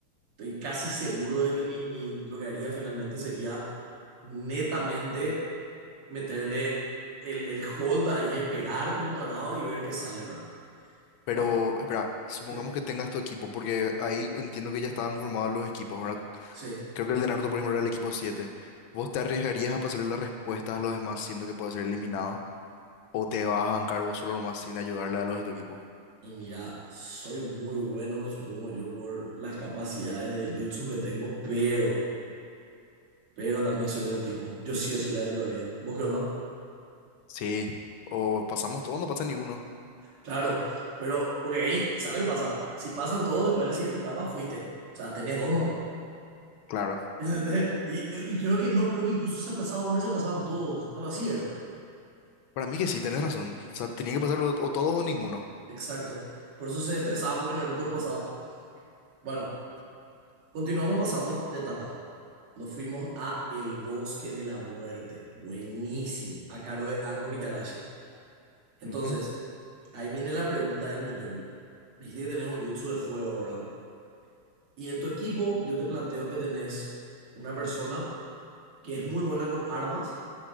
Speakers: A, on the right (about 85°); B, on the left (about 75°).
A: Estoy casi seguro de que mi, mi- lo que haría finalmente sería netamente meterle el, el hold ahí, esperar como tarado y ver qué sale, ¿verdad?
B: Pero
A: Bueno,
B: espera, supongamos
A: sí,
B: que tengas tu equipo porque ahí entiendo que ya estaban conformados los equipos, ¿verdad?
A: sí.
B: Creo que el de Naruto, por ejemplo, era el equipo siete ¿Vos te arriesgarías a pasarle las respuestas a los demás siendo que puede ser eliminado? ¿O te vas a bancar vos solo nomás sin ayudarle a los de tu equipo?
A: Y mira, soy muy bueno, me supongo yo, por las capacidades de jutsu que tengo, pero, pero también soy buen tipo. Yo sí o sí le ayudaría. ¿Vos qué onda?
B: Sí, o pasamos todos, no pasa ni uno.
A: Claro, pero porque ahí, ¿sabes lo que pasa? Si pasan todos, después de la siguiente etapa fuiste. O sea, tenés dos nomás.
B: Claro,
A: ¿Entendés? Y, y creo que no, creo que incluso se aplazaba uno y se aplazaban todos. Algo así era.
B: para mí que sí, tenés razón. O sea, tenía que pasarlo o todos o ninguno.
A: Exacto. Por eso se estresaban porque Naruto no pasaba. Bueno, continuamos pasando de etapa. Nos fuimos a El Bosque de la Muerte. Buenísimo. A cargo de Anko Mitarashi. Entonces,
B: Ujú.
A: ahí viene la pregunta del millón. Me dijiste que tenés un jutsu de fuego, ¿verdad? Y en tu equipo, yo te planteo que tenés una persona que es muy buena con armas,